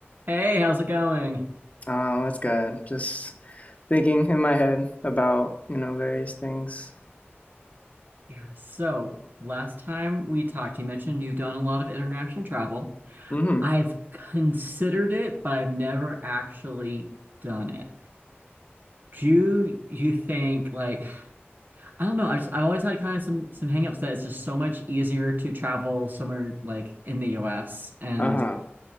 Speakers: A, on the right (about 50°); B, on the left (about 35°).
A: Hey, how's it going?
B: Oh, it's good. Just thinking in my head about, you know, various things.
A: Yeah, so last time we talked, you mentioned you've done a lot of international travel.
B: Mm-hmm.
A: I've considered it, but I've never actually done it. Do you think like I don't know, I just I always had kind of some some hangups that it's just so much easier to travel somewhere like in the US and
B: Uh-huh.